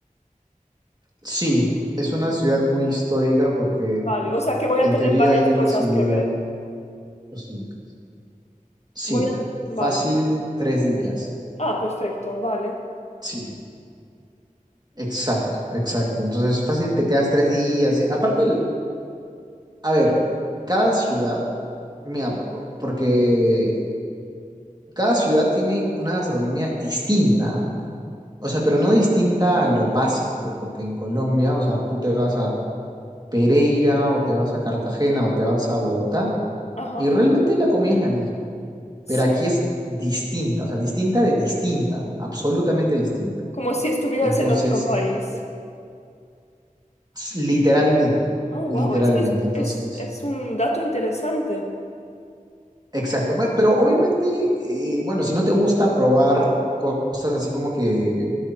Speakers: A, on the right; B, on the left.
A: Sí, es una ciudad muy histórica porque
B: Vale, o sea que voy a
A: en
B: tener
A: teoría
B: varias
A: ahí
B: cosas
A: residían
B: que ver.
A: los incas. Sí,
B: Voy a...
A: fácil
B: Vale.
A: tres días.
B: Ah, perfecto, vale.
A: Sí, exacto, exacto. Entonces, fácil te quedas tres días. Y Aparte, el- a ver, cada ciudad, mira, p- porque cada ciudad tiene una gastronomía distinta, o sea, pero no distinta a lo básico, porque en Colombia, o sea, tú te vas a Pereira o te vas a Cartagena o te vas a Bogotá
B: Ajá,
A: y realmente la comida es la misma,
B: sí.
A: pero aquí es distinta, o sea, distinta de distinta, absolutamente distinta.
B: Como si estuvieras
A: Entonces,
B: en otro país.
A: Literalmente,
B: Oh,
A: literalmente.
B: wow, este es,
A: Entonces,
B: es, es un dato interesante.
A: exacto. Pe- Pero obviamente, eh, bueno, si no te gusta probar cosas así como que